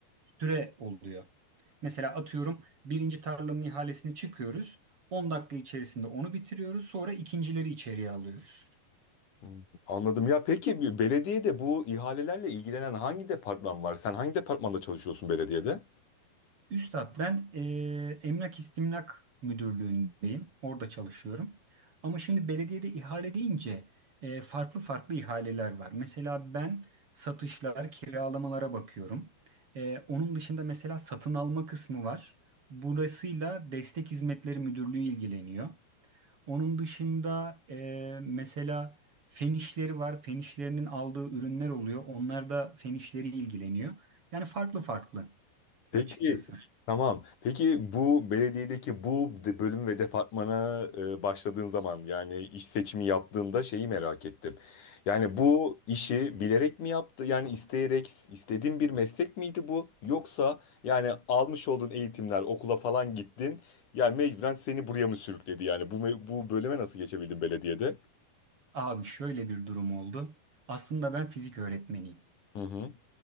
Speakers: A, on the right; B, on the left.
A: süre oluyor. Mesela atıyorum birinci tarlanın ihalesini çıkıyoruz. on dakika içerisinde onu bitiriyoruz. Sonra ikincileri içeriye alıyoruz.
B: Hmm, Anladım ya. Peki bir belediyede bu ihalelerle ilgilenen hangi departman var? Sen hangi departmanda çalışıyorsun belediyede?
A: Üstad ben eee, Emlak İstimlak Müdürlüğü'ndeyim. Orada çalışıyorum. Ama şimdi belediyede ihale deyince eee, farklı farklı ihaleler var. Mesela ben satışlar, kiralamalara bakıyorum. Eee, onun dışında mesela satın alma kısmı var. Burasıyla Destek Hizmetleri Müdürlüğü ilgileniyor. Onun dışında e, mesela fen işleri var. Fen işlerinin aldığı ürünler oluyor. Onlar da fen işleri ilgileniyor. Yani farklı farklı
B: Peki
A: açıkçası.
B: tamam. Peki bu belediyedeki bu de- bölüm ve departmana e, başladığın zaman yani iş seçimi yaptığında şeyi merak ettim. Yani bu işi bilerek mi yaptı? Yani isteyerek istediğin bir meslek miydi bu? Yoksa yani almış olduğun eğitimler okula falan gittin. Yani mecburen seni buraya mı sürükledi? Yani bu me- bu bölüme nasıl geçebildin belediyede?
A: Abi şöyle bir durum oldu. Aslında ben fizik öğretmeniyim.
B: Hı hı.